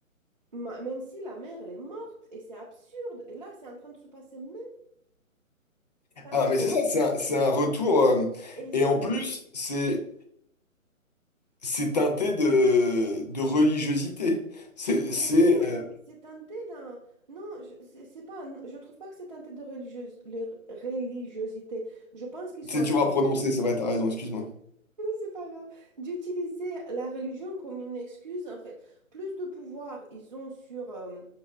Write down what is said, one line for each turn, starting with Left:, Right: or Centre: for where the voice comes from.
Right: ma- même si la mère, elle est morte, et c'est absurde. Et là, c'est en train de se passer même, c'est en
Left: Ah
Right: cours.
Left: mais c'est ça, c'est un, c'est un retour. euh,
Right: Et c'est...
Left: et en plus, c'est c'est teinté de, de religiosité. C'est
Right: Mais
Left: c'est,
Right: non,
Left: euh,
Right: c'est c'est teinté d'un... Non, je- c'est c'est pas... un- Je trouve pas que c'est teinté de religieuse, les religiosité. Je pense qu'ils sont
Left: C'est
Right: en
Left: dur à prononcer, c'est vrai, t'as raison, excuse-moi.
Right: c'est pas grave. D'utiliser la religion comme une excuse, en fait. Plus de pouvoir ils ont sur... euh,